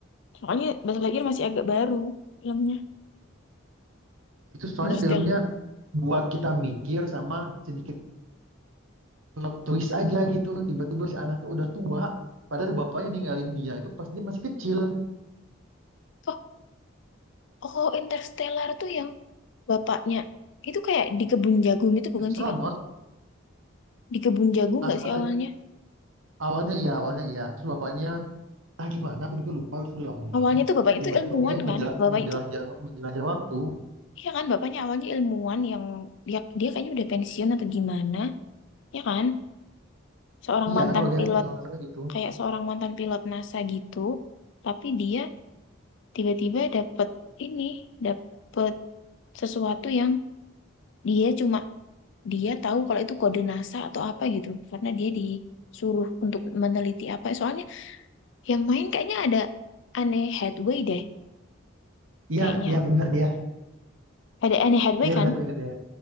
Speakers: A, on the left (about 60°); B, on the right (about 75°).
A: soalnya Bas Lightyear masih agak baru filmnya,
B: Itu soalnya
A: Interstellar.
B: filmnya buat kita mikir sama sedikit plot twist aja gitu tiba-tiba si anaknya udah tua padahal bapaknya ninggalin dia itu pas dia masih kecil
A: Oh, oh Interstellar tuh yang bapaknya. Itu kayak di kebun jagung itu bukan
B: astronot
A: sih, Kak? Di kebun jagung
B: asal
A: nggak sih awalnya?
B: awalnya iya awalnya iya terus bapaknya ah gimana aku juga lupa itu udah lama
A: Awalnya
B: banget
A: tuh bapaknya
B: tiba-tiba
A: tuh ilmuwan
B: dia menjela-
A: kan? Bapak
B: menjelajah
A: itu,
B: menjelajah waktu
A: iya kan? Bapaknya awalnya ilmuwan yang, dia, dia kayaknya udah pensiun atau gimana, ya kan? Seorang
B: iya
A: mantan
B: kalau dia
A: pilot,
B: kan, kalau nggak salah gitu
A: kayak seorang mantan pilot NASA gitu. Tapi dia tiba-tiba dapet ini dapet sesuatu yang dia cuma dia tahu kalau itu kode NASA atau apa gitu karena dia disuruh untuk meneliti apa soalnya yang main kayaknya ada Anne Hathaway deh
B: iya
A: kayaknya
B: iya
A: aku
B: benar dia
A: ada Anne Hathaway
B: iya
A: kan
B: benar benar dia